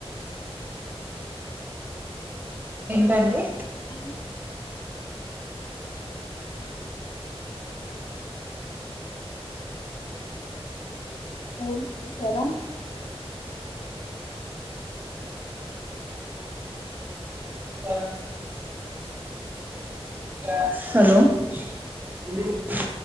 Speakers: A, on the right; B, on the left.
A: ఏంటండి
B: అ భోం చేశారా
A: ఆ హాలో